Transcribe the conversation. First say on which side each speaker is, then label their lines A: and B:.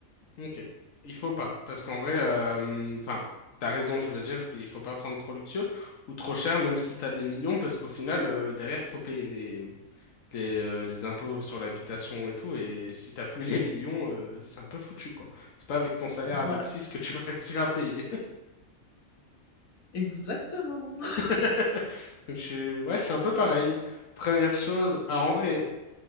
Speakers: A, on the left; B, on the left.
A: Ok. Il faut pas, parce qu'en vrai, euh, enfin, t'as raison, je veux dire, puis il faut pas prendre trop luxueux ou trop cher, même si t'as des millions, parce qu'au final, euh, derrière, faut payer les, les, euh, les impôts sur l'habitation et tout, et si t'as plus les millions, euh, c'est un peu foutu, quoi. C'est pas avec ton salaire
B: Voilà,
A: à mille six que tu vas <laughs> réussir à payer.
B: exactement. <laughs>
A: <laughs> Donc, je suis, ouais, je suis un peu pareil. Première chose, alors en vrai,